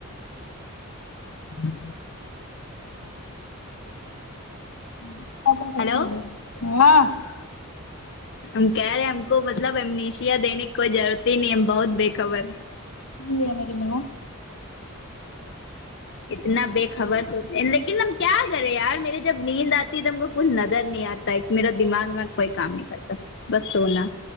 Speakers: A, on the left; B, on the left.
A: ہوں
B: ہ
A: ہیلو
B: <unintelligible>
A: ہم کہہ رہے ہیں ہم کو مطلب امنشیا دینے کی کوئی ضرورت ہی نہیں ہم بہت بے خبر ہے
B: <unintelligible> الیا مری م
A: اتنا بے خبر سوتے ہیں لیکن ہم کیا کرے یار میرے جب نیند آتی ہے تو ہم کو کچھ نظر نہیں آتا ایک میرا دماغ میں کوئی کام نہیں کرتا بس سونا